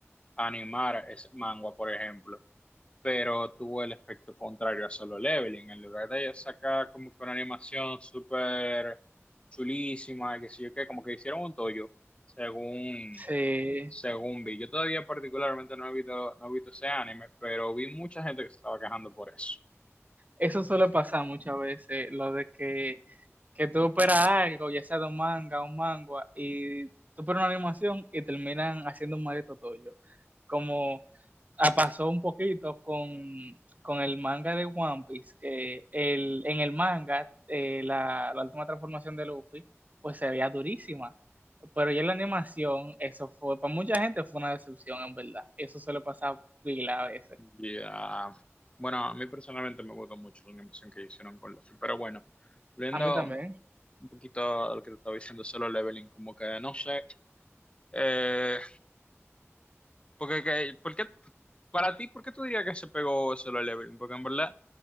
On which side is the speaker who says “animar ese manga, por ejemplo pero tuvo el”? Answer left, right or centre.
Left